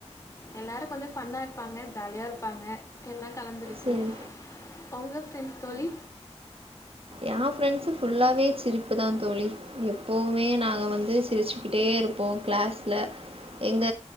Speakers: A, on the left; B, on the right.
A: எல்லாரு கொஞ்ச ஃபன்னா இருப்பாங்க ஜாலியா இருப்பாங்க எல்லா கலந்திருக்கு
B: சரி
A: உங்க ஃப்ரெண்ட்ஸ் தோழி
B: எ ஃப்ரெண்ட்ஸ் ஃபுல்லாவே சிரிப்புதா தோழி எப்போமே நாங்க வந்து சிரிச்சுக்கிட்டே இருப்போ கிளாஸ்ல எங்க